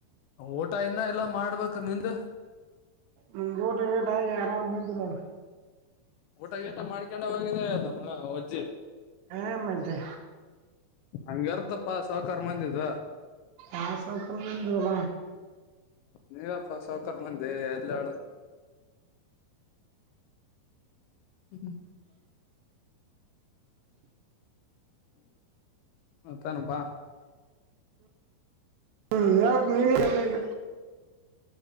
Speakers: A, on the left (about 80°); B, on the right (about 80°).
A: ಊಟ ಇನ್ನ ಎಲ್ಲಾ ಮಾಡ್ಬೇಕು ಕನ್ನಿಂದ
B: ಹ್ಮ ದೋಟ ಗೇಟ ಆ ಆರಾಮ ಬಂದಿವಿ ನೋಡ್
A: ಊಟ ಗೇಟ ಮಾಡ್ಕೊಂಡ ಹೋಗಿದೆ ಅದು ಮಗ ವಜ್ಜಿ
B: ಹಾ ಮತ್ತೆ
A: ಹಂಗಗೆರ್ತಪ್ಪ ಸಾಹಕಾರ ಮಂದಿದ
B: ಹ ಸೌಕ್ರರಮ ನಲ
A: ನೀವಪ್ಪಾ ಸಾವಕರ್ ಮಂದೆ ಎಲ್ಲಳ ಹ್ಮ್ಮ ಮತ್ತಪ್ಪಾ
B: ಹ್ಮ್ ನ್ ನೀನ ಎಲ್ಲಗ